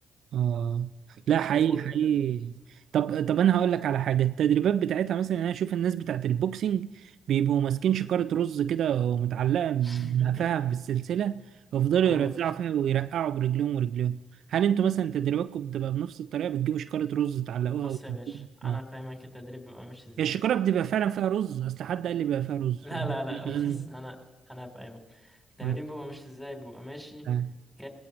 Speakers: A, on the right; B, in the centre.
A: اه لا
B: وتايكوندو
A: حقيقي حقيقي
B: تقريبا
A: طب طب انا هقول لك على حاجه التدريبات بتاعتها مثلا انا اشوف الناس بتاعت البوكسنج بيبقوا ماسكين شكاره رز كده ومتعلقه من
B: <laughs>
A: قفاها بالسلسله ويفضلوا
B: اه
A: يرزعوا فيها ويرقعوا برجليهم ورجليهم هل انتوا مثلا تدريباتكم بتبقى بنفس الطريقه بتجيبوا شكاره رز تعلقوها
B: بص
A: و...
B: يا باشا انا
A: اه
B: فاهمك التدريب بيبقى ماشي ازاي
A: هي الشكاره بتبقى فعلا فيها رز اصل حد قال لي بقى فيها رز
B: لا
A: وقال
B: لا
A: لي
B: لا
A: بيشتغلني
B: <laughs> بص انا انا فاهمك التمرين
A: اه
B: بيبقى ماشي ازاي بيبقى ماشي
A: اه
B: ك